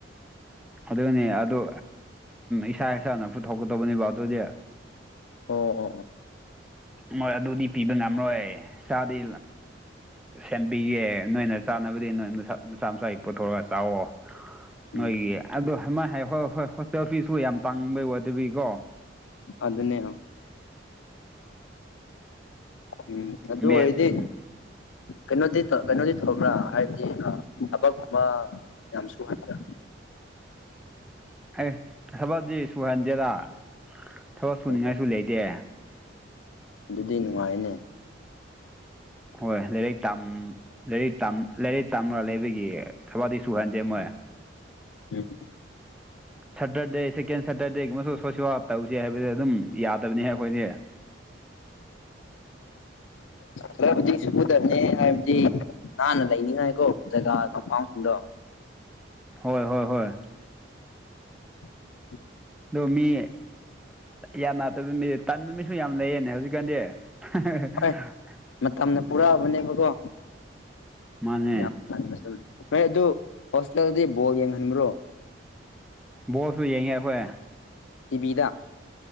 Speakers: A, in the centre; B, on the left.
A: ꯑꯗꯨꯅꯤ ꯑꯗꯨ ꯏꯁꯥ ꯏꯁꯥꯅ ꯄꯨꯊꯣꯛꯀꯗꯧꯕꯅꯦꯕ ꯑꯗꯨꯗꯤ
B: ꯑꯣ ꯑꯣ ꯑꯣ
A: ꯃꯣꯏ ꯑꯗꯨꯗꯤ ꯄꯤꯕ ꯉꯝꯔꯣꯏ ꯆꯥꯗꯤ ꯁꯦꯝꯕꯤꯒꯦ ꯅꯣꯏꯅ ꯆꯥꯅꯕꯗꯤ ꯅꯣꯏ ꯃꯆꯥ ꯃꯆꯥꯒꯤ ꯄꯨꯊꯣꯛꯒ ꯆꯥꯋꯣ
B: ꯎꯝ
A: ꯅꯣꯏꯒꯤ ꯑꯗꯥꯏ ꯍꯣꯏ ꯍꯣꯏ ꯍꯣꯁꯇꯦꯜ ꯐꯤꯁꯕꯨ ꯌꯥꯝ ꯇꯥꯡꯕꯩ ꯋꯥꯗꯕꯤꯀꯣ
B: ꯑꯗꯨ ꯑꯗꯨꯅ ꯎꯝ ꯑꯗꯨꯗ
A: ꯃꯦꯠꯁ
B: ꯑꯣꯢꯗꯤ ꯀꯩꯅꯣꯗꯤ ꯀꯩꯅꯣꯗꯤ ꯇꯧꯕ꯭ꯔꯥ ꯍꯥꯏꯕꯗꯤ ꯊꯕꯛꯀꯨꯝꯕ ꯌꯥꯝ ꯁꯨꯍꯟꯕ꯭ꯔꯥ
A: ꯑꯦ ꯊꯕꯛꯗꯤ ꯁꯨꯍꯟꯗꯦꯔ ꯊꯕꯛ ꯁꯨꯅꯤꯡꯉꯥꯏꯁꯨ
B: ꯑꯣ
A: ꯂꯩꯇꯦ꯫
B: ꯑꯗꯨꯗꯤ ꯅꯨꯡꯉꯥꯏꯅꯦ꯫
A: ꯍꯣꯏ ꯂꯥꯏꯔꯤꯛ ꯂꯥꯏꯔꯤ ꯂꯥꯏꯔꯤꯛ ꯇꯥꯝꯕꯥ ꯂꯩꯕꯒꯤ ꯊꯕꯗꯤ ꯁꯨꯍꯟꯗꯦ ꯃꯣꯏ
B: ꯎꯝ
A: ꯁꯇꯔꯗꯦ ꯁꯦꯀꯦꯟ ꯁꯇꯔꯗꯦꯒꯨꯝꯕꯁꯨ ꯁꯣꯁꯤꯦꯜ ꯇꯧꯁꯤ ꯍꯥꯏꯕꯗꯤ ꯑꯗꯨꯝ ꯌꯥꯗꯕꯅꯤꯍ ꯑꯩꯈꯣꯏꯗꯤ <inaudible>
B: ꯁꯕꯗꯤ ꯁꯨꯗꯅꯤ ꯍꯥꯏꯕꯗꯤ ꯍꯥꯟꯅ ꯂꯩꯅꯤꯉꯥꯏꯀꯣ ꯖꯒꯥ ꯀꯝꯐꯥꯎꯁꯤꯡꯗꯣ
A: ꯍꯣꯏ ꯍꯣꯏ ꯍꯣꯏ
B: <inaudible>
A: ꯑꯗꯣ ꯃꯤ ꯌꯥꯟꯅꯗꯕ ꯃꯤ ꯇꯟꯕ ꯃꯤꯁꯨ ꯌꯥꯝ ꯂꯩꯌꯦꯅꯦ ꯍꯧꯖꯤꯛꯀꯥꯟꯗꯤ <unintelligible>
B: ꯍꯣꯏ ꯃꯇꯝꯅ ꯄꯨꯔꯛꯑꯕꯅꯦꯕꯀꯣ
A: ꯃꯥꯅꯦ꯫
B: ꯌꯥꯝ ꯅꯣꯏ ꯑꯗꯨ ꯍꯣꯁꯇꯦꯜꯗꯗꯤ ꯕꯣꯔ ꯌꯦꯡꯍꯟꯕ꯭ꯔꯣ?
A: ꯕꯣꯁꯁꯨ ꯌꯦꯡꯉꯦ ꯑꯩꯈꯣꯏ
B: ꯇꯤꯚꯤꯗ